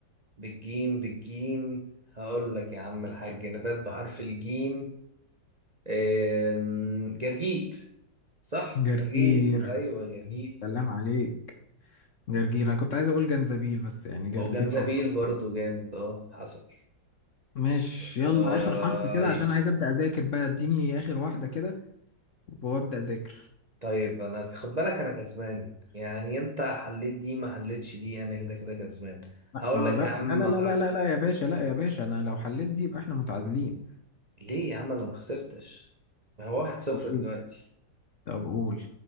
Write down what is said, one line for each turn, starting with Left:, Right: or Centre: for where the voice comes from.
Right: بالجيم بالجيم هقول لك يا عم الحاج نبات بحرف الجيم آم، جرجير صح
Left: جرجير
Right: جرجير ايوه جرجير
Left: سلام عليك جرجير انا كنت عايز اقول جنزبيل بس يعني جرجير
Right: وجنزبيل
Left: اقرب
Right: برضو جامد اه حصل
Left: ماشي
Right: آه
Left: يلا اخر حرف كده عشان عايز ابدا اذاكر بقى اديني اخر واحدة كده وابدا اذاكر
Right: طيب انا خد بالك انا كسبان يعني انت حليت دي ما حليتش دي انا كده كده كسبان
Left: لا
Right: هقول
Left: ما
Right: لك يا عم
Left: لا لا لا لا
Right: ح...
Left: لا لا لا يا باشا لا يا باشا انا لو حليت دي يبقى احنا متعادلين
Right: ليه يا عم انا ما خسرتش ما هو واحد صفر
Left: طب قول
Right: دلوقتي
Left: طب قول